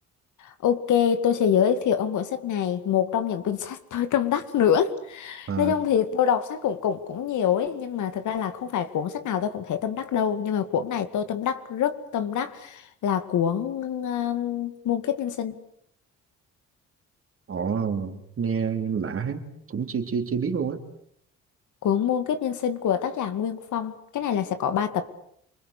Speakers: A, on the left; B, on the right.
A: Ok, tôi sẽ giới thiệu ông cuốn sách này, một trong những cuốn sách <laughs> tôi tâm đắc nữa.
B: Ờ,
A: Nói chung thì tôi đọc sách cũng cũng cũng nhiều ấy, nhưng mà thực ra là không phải cuốn sách nào tôi cũng thấy tâm đắc đâu, nhưng mà cuốn này tôi tâm đắc rất tâm đắc là cuốn um, Muôn kiếp nhân sinh,
B: Ồ, nghe lạ hết, cũng chưa chưa chưa biết luôn á.
A: cuốn Muôn kiếp nhân sinh của tác giả Nguyên Phong. Cái này là sẽ có 3 tập